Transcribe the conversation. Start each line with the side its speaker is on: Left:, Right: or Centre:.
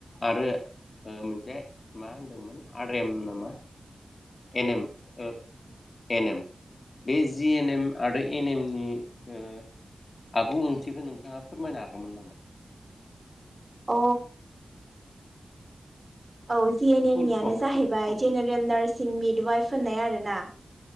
Left: आरो मोनसे मा होनदोंमोन आर एम नामा? N M O N M B G N M आरो एन एम नि ओ आबुं ओंथिखौ नोंथाङा फोरमायनो हागौमोन नामा?
Right: अ औ जि एन एम
Left: फुल
Right: नियानो
Left: फर्म
Right: जाहैबाय
Left: फुल फर्मखौ
Right: जेनेरेल नार्स जिं मिड वाइफ होननाय आरोना